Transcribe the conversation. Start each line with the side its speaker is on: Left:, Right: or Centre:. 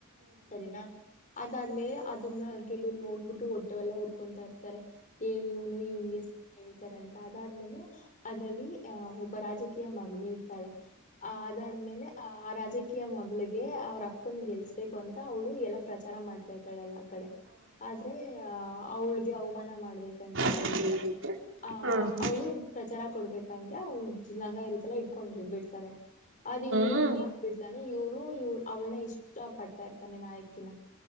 Left: ಸರಿನಾ ಅದಾದ್ಮೇಲೆ ಅದನ್ನ ಕೆಲವರು ನೋಡ್ಬಿಟ್ಟು ಹೊಟ್ಟೆವೆಲ್ಲ ಹುರ್ಕೊಂತಾ ಇರ್ತಾರೆ <unintelligible> ಏನ್ ಇವನು ಇವನ್ಗೆ ಹೇಳ್ತಾರೆ ಅಂತ ಅದಾದ್ಮೇಲೆ ಅದ್ರಲ್ಲಿ ಹ ಒಬ್ಬರಾಜೆ ಕ್ಕೆ ಮಗಳು ಇರ್ತಾಳೆ ಆ ಅದಾದ್ಮೇಲೆ ಆ ಆ ರಾಜಕೀಯ ಮಗಳಿಗೆ ಅವ್ರ ಅಪ್ಪನ ಗೆಲ್ಸ್ಬೇಕು ಅಂತ ಅವಳು ಎಲ್ಲ ಪ್ರಚಾರ ಮಾಡ್ತಾರ್ತಾಳಲ್ಲ ಕಡೆ ಆದ್ರೆ ಆ ಅವಳಗೆ ಅವಮಾನ ಮಾಡ್ಬೇಕಂತ ಹೇಳ್ಬಿಟ್ಟು
Right: ಚಂದಿರುತ್ತೆ
Left: ಆ
Right: ಹ್ಮ್
Left: ಅವ್ಳು ಪ್ರಚಾರ ಕೊಡ್ಬೇಕಂದ ಅವ ಲಂಗ ಇರುತ್ತಲ್ಲ ಇಟ್ಕೊಂಡಿ ಗಿಲ್ಬಿಡ್ತಾರೆ ಅದ ಇವ್ ಇವ್ನ್
Right: ಹ್ಮ್
Left: ನೋಡ್ಬ ಬಿಡ್ತಾನ ಇವ್ನು ಇಲ್ ಅವಳನ ಇಷ್ಟ ಪಡ್ತಾಇರ್ತಾನೆ ನಾಯಕಿನ